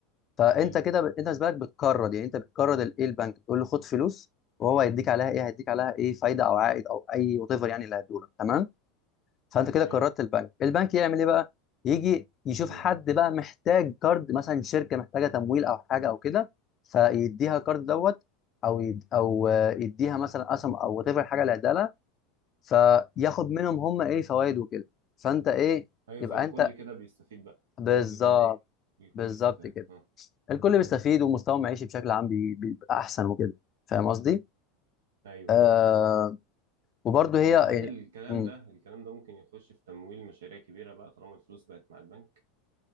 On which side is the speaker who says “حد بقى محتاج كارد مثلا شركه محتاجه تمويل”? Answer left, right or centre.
Left